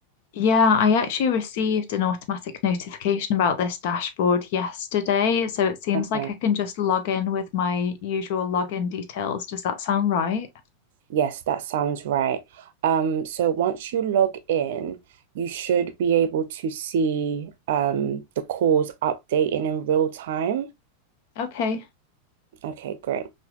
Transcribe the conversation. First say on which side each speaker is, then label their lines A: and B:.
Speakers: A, on the left; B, on the right.
A: Yeah, I actually received an automatic notification about this dashboard yesterday, so it seems
B: Okay.
A: like I can just log in with my usual login details. Does that sound right?
B: Yes, that sounds right. Um, so once you log in, you should be able to see um, the calls updating in real time.
A: Okay,
B: Okay, great.